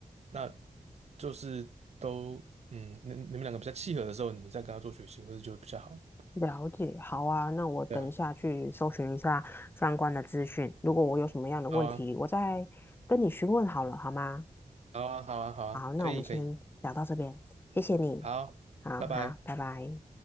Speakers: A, on the right; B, on the left.
A: 那就是都嗯你你们两个比较契合的时候，你再跟他做学习，或者就比较好。
B: 了解，好啊，那我等一下去搜寻一下相关的资讯。
A: 对啊，
B: 如果我有什么样的问题，
A: 好啊。
B: 我再跟你询问好了，好吗？
A: 好啊，好啊，好啊，
B: 好，那我们先聊到这边，
A: 可以，可以，
B: 谢谢你。
A: 好，
B: 好好，
A: 拜拜。
B: 拜拜。